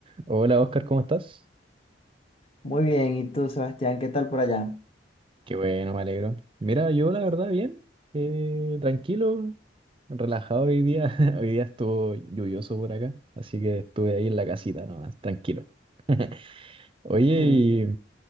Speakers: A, on the right (about 30°); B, on the left (about 30°).
A: Hola Oscar, ¿cómo estás?
B: Muy bien, ¿y tú, Sebastián, qué tal por allá?
A: Qué bueno, me alegro. Mira, yo la verdad bien, eh, tranquilo, relajado hoy día. <laughs> Hoy día estuvo lluvioso por acá, así que estuve ahí en la casita nomás, tranquilo. <laughs> Oye,
B: Mm.
A: y,